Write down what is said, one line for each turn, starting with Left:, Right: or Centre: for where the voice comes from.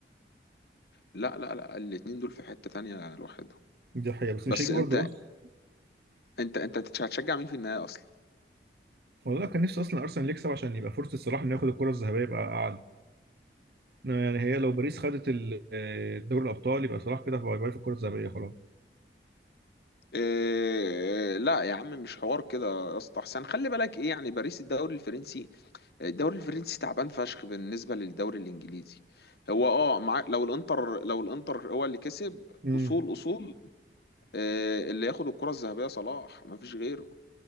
Left: لا لا لا الاتنين دول في حتة تانية لوحدهم
Right: دي حقيقة بس مش
Left: بس
Right: هيجي
Left: انت
Right: برضه بص
Left: انت انت هتشجع مين في النهاية اصلا
Right: والله كان نفسي اصلا ارسنال يكسب عشان يبقى فرصة صلاح انه ياخد الكرة الذهبية يبقى اعلى إنما يعني هي لو باريس خدت ال- آه، دوري الابطال يبقى صلاح كده باي باي في الكرة الذهبية خلاص
Left: إيه لا يا عم مش حوار كده يا اسطى احسن خلي بالك ايه يعني باريس الدوري الفرنسي الدوري الفرنسي تعبان فشخ بالنسبه للدوري الانجليزي هو اه مع لو الانتر لو الانتر هو اللي كسب
Right: امم
Left: اصول اصول آه، اللي ياخد الكره الذهبيه صلاح ما فيش غيره